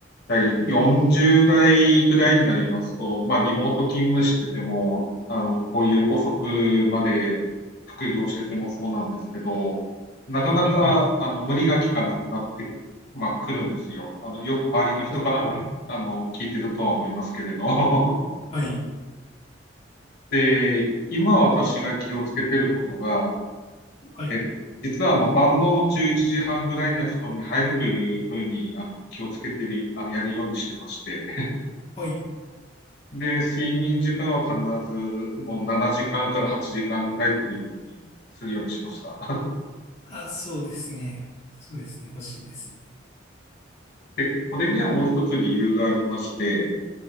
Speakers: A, on the left (about 60°); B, on the left (about 35°).
A: 代、40代ぐらいになりますと、まあ、リモート勤務してても、あの、こういう遅くまで副業しててもそうなんですけど、なかなか、
B: はい、
A: あの、無理がきかなくなって、まあ、来るんですよ。あの、よく周りの人からも、
B: はい、
A: あの、聞いてるとは思いますけれど。
B: はい、
A: <laughs> で、今私が気をつけてることが、
B: はい、
A: えっと、実はあの晩の11時半ぐらいには布団に入るというふうにあの気をつけてる、あのやるようにしてまして、
B: はい。
A: で、睡眠時間は必ずもう7時間かんから8時間ぐらい取るようにするようにしました。<laughs>
B: あ、そうですね。そうですね。欲しいですね。
A: で、これにはもう一つ理由がありまして、